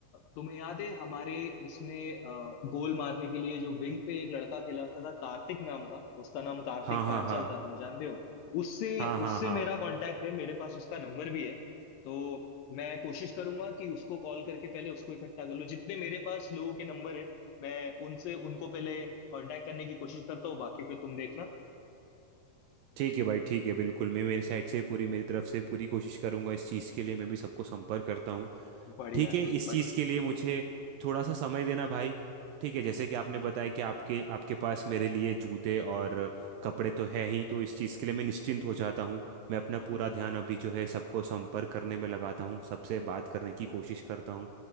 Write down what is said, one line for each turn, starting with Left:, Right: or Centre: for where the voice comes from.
Left: तुम्हें याद है हमारे इसमें अ, गोल मारने के लिए जो विंग पे एक लड़का खेला होता था कार्तिक नाम का उसका नाम कार्तिक
Right: हाँ हाँ
Left: पांचाल
Right: हाँ
Left: था तुम जानते हो उससे
Right: हाँ हाँ
Left: उससे
Right: हाँ
Left: मेरा कांटेक्ट है मेरे पास उसका नंबर भी है तो मैं कोशिश करूंगा कि उसको कॉल करके पहले उसको इकट्ठा कर लूं जितने मेरे पास लोगों के नंबर है मैं उनसे उनको पहले कांटेक्ट करने की कोशिश करता हूँ बाकी फिर तुम देखना
Right: ठीक है भाई ठीक है बिल्कुल मैं मेरी साइड से पूरी मेरी तरफ से पूरी कोशिश करूंगा इस चीज़ के लिए मैं भी सबको संपर्क करता हूँ
Left: बढ़िया
Right: ठीक
Left: है
Right: है
Left: भाई
Right: इस
Left: बढ़िया
Right: चीज़
Left: है
Right: के लिए मुझे थोड़ा सा समय देना भाई ठीक है जैसे कि आपने बताया कि आपके आपके पास मेरे लिए जूते और कपड़े तो है ही तो इस चीज़ के लिए मैं निश्चिंत हो जाता हूँ मैं अपना पूरा
Left: हम्म,
Right: ध्यान अभी जो है सबको संपर्क करने में लगाता हूँ सबसे बात करने की कोशिश करता हूँ